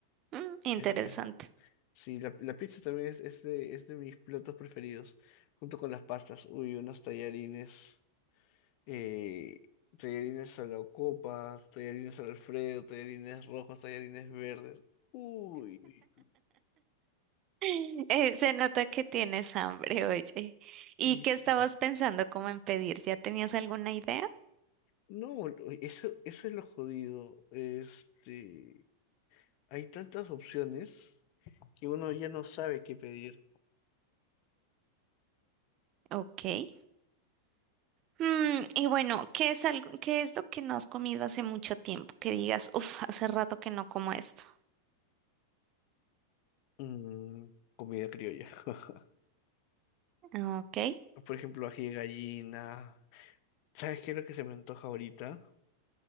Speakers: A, on the right; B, on the left.
A: mm, interesante.
B: Es- es- sí, la, la pizza también es, es de, es de mis platos preferidos, junto con las pastas. Uy, unos tallarines, eh, tallarines a la copa, tallarines al Alfredo, tallarines rojos, tallarines verdes. Uy, uy,
A: <laughs> Eh, se nota que tienes hambre, oye. ¿Y
B: y
A: qué
B: sí.
A: estabas pensando como en pedir? ¿Ya tenías alguna idea?
B: No, lo- eso, eso es lo jodido. Este, hay tantas opciones que uno ya no sabe qué pedir.
A: Ok. Mm, y bueno, ¿qué es algo, qué es lo que no has comido hace mucho tiempo? Que digas, uff, hace rato que no como esto.
B: Mm, comida criolla. <laughs>
A: Ok.
B: Por ejemplo, ají de gallina. ¿Sabes qué es lo que se me antoja ahorita?